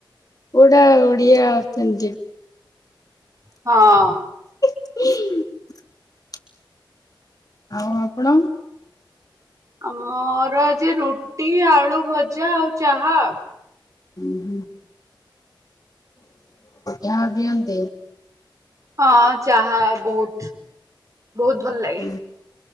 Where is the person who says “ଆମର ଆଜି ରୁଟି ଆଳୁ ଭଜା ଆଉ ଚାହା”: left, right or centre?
Right